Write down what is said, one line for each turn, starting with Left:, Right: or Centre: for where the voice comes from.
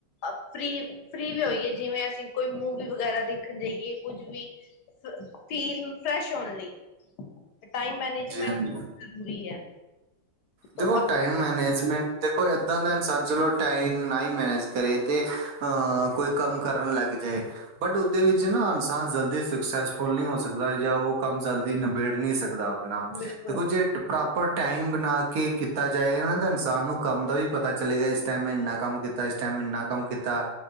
Left: ਫ੍ਰਰੀ- ਫ੍ਰਰੀ ਵੀ ਹੋਈਏ ਜਿਵੇਂ ਅਸੀਂ ਕੋਈ ਮੂਵੀ ਵਗੈਰਾ ਦੇਖਣ ਜਾਈਏ ਕੁੱਝ ਵੀ ਫੀਲ ਫਰੈਸ਼ ਹੋਣ ਲਈ ਟਾਈਮ ਮੈਨੇਜਮੈਂਟ
Right: ਹਾਂਜੀ
Left: ਬ ਜ਼ਰੂਰੀ ਹੈ ਤੋ
Right: ਦੇਖੋ ਟਾਈਮ ਮੈਨੇਜਮੈਂਟ ਦੇਖੋ ਏਦਾਂ ਦਾ ਇਨਸਾਨ ਚਲੋ ਟਾਈਮ ਨਾ ਹੀ ਮੈਨੇਜ ਕਰੇ ਤੇ ਅ ਕੋਈ ਕੰਮ ਕਰਨ ਲੱਗ ਜਾਏ ਬਟ ਉਹਦੇ ਵਿੱਚ ਨਾ ਇਨਸਾਨ ਜਲਦੀ ਸਕਸੈਸਫੁਲ ਨਹੀਂ ਹੋ ਸਕਦਾ ਜਾਂ ਉਹ ਕੰਮ ਜਲਦੀ ਨਿਬੇੜ ਨਹੀਂ ਸਕਦਾ ਆਪ
Left: ਬਿਲਕੁਲ
Right: ਦੇਖੋ ਜੇ ਪ੍ਰੋਪਰ ਟਾਈਮ ਬਣਾ ਕੇ ਕੀਤਾ ਜਾਏਗਾ ਨਾ ਤਾਂ ਇਨਸਾਨ ਨੂੰ ਕੰਮ ਦਾ ਵੀ ਪਤਾ ਚਲੇਗਾ ਇਸ ਟਾਈਮ ਇੰਨਾ ਕੰਮ ਕੀਤਾ, ਇਸ ਟਾਈਮ ਇੰਨਾ ਕੰਮ ਕੀਤਾ